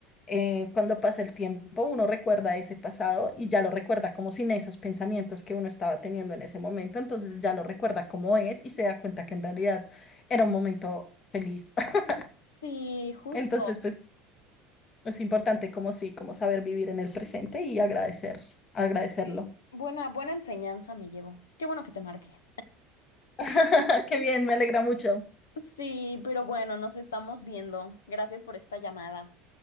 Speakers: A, on the left; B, on the left.
A: eh, cuando pasa el tiempo, uno recuerda ese pasado y ya lo recuerda como sin esos pensamientos que uno estaba teniendo en ese momento, entonces ya lo recuerda como es y se da cuenta que en realidad era un momento feliz. <laughs>
B: Sí, justo.
A: Entonces, pues es importante como sí, como saber vivir en el presente y agradecer, agradecerlo.
B: Sí. Buena, buena enseñanza me llevo. Qué bueno que te marqué.
A: <laughs> Qué bien, me alegra mucho.
B: Sí, pero bueno, nos estamos viendo. Gracias por esta llamada.